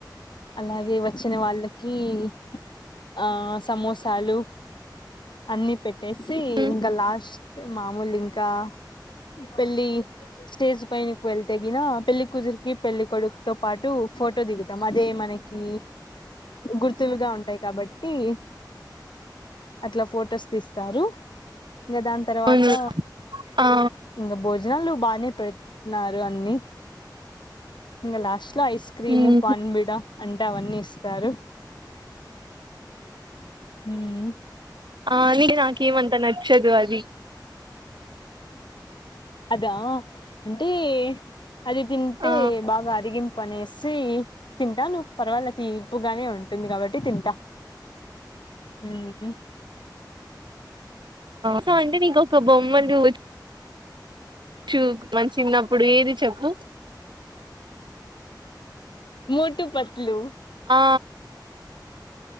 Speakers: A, on the left; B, on the right.
A: అలాగే వచ్చిన వాళ్ళకి మ్మ్ ఆ సమోసాలు అన్ని పెట్టేసి
B: ఉమ్
A: ఇంకా లాస్ట్ మామూలు ఇంకా పెళ్లి స్టేజ్ పైనకు వెళ్తేగిన పెళ్లి కుదురికి పెళ్లి కొడుకు తో పాటు ఫోట్ టో దిగుతమదే మనకి గుర్తులుగా ఉంటాయి కాబట్టి టి అట్లా ఫొటోస్ తీస్తారు ఇంకా దాని తర్వాత
B: అవును ఆ
A: ఇంకా భోజనాలు బానే పెడతన్నారు ఇగన్ని ఇంగ లాస్టులో అయి క్రీము
B: ఉమ్
A: పన్ బిడ అంటే అవన్నీ ఇస్తారు మ్మ్
B: ఆ నీ నాకేమంత నచ్చదు అది
A: అదా అంటే అది తింటే
B: ఆ
A: బాగా అరిగింపు పనేసి తింటాను పర్వాల తీపుగానే ఉన్ ఉంటుంది కాబట్టి తింటా ఉ హు
B: సో అంటే నీకు ఒక బొమ్మ చూ చుకు మన చిన్న ఇప్పుడు ఏది చెప్పు
A: మొటూ పత్లు
B: ఆ